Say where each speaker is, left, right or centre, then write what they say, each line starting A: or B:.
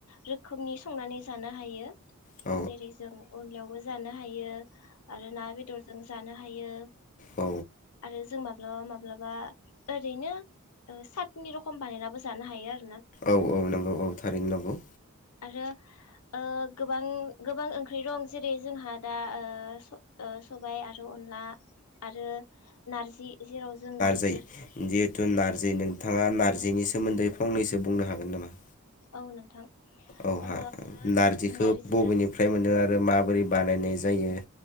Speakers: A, on the left; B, on the left.
A: रोखोमनि संनानै जानो हायो।
B: औ
A: जेरै जों अन लियावबो जानो हायो। आरो ना बेदरजों- जानो हायो।
B: औ
A: आरो जों मा। ओ माब्लाबा। ओरैनो सातनि रखम बानायनाबो जानो हायो आरो।
B: औ- औ- नंगौ औ थारैनो नंगौ।
A: आरो ओ गोबां गोबां ओंख्रि दं जेरै जोंहा दा ओ स सबाय आरो अनला। आरो नारजि। जेराव जों नार।
B: दै जिहेतु नार्जोय नोंथा नार्जिनि
A: औ
B: सोमोन्दै। फंनैसो बुंनो हागोन नामा।
A: औ नोंथां।
B: औ हा
A: ओ
B: नारजिखौ
A: नारजि
B: बबेनिफ्राय मोनदों आरो माबोरैजीजी बानायनाय जायो।